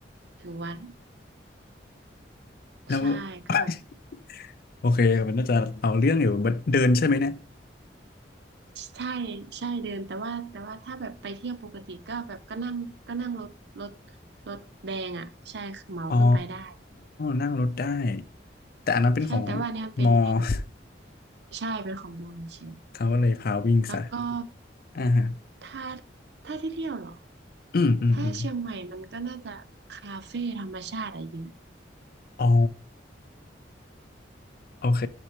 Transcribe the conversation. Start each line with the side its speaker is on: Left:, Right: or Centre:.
Right: ถึงวัด
Left: แล้ว
Right: ใช่ก็แบบ
Left: <laughs> โอเคมันน่าจะเอาเรื่องอยู่บัดเดินใช่ไหมเนี่ย
Right: ใช่ใช่เดินแต่ว่าแต่ว่าถ้าแบบไปเที่ยวปกติก็แบบก็นั่งก็นั่งรถรถรถแดงอ่ะใช่เหมาขึ้นไปได้
Left: อ๋อนั่งรถได้แต่อันนั้นเป็นของ
Right: ใช่แต่ว่าเนี่ยเป็นแค่แบบ
Left: มอ <laughs>
Right: ใช่เป็นของมอญเฉย
Left: เขาก็เลยพาวิ่งซะ
Right: แล้วก็
Left: อ่าฮะ
Right: ถ้าถ้าที่เที่ยวเหรอ
Left: อืมอืมอืม
Right: ถ้าเชียงใหม่มันก็น่าจะคาเฟ่ธรรมชาติอะเยอะ
Left: อ๋อ โอเค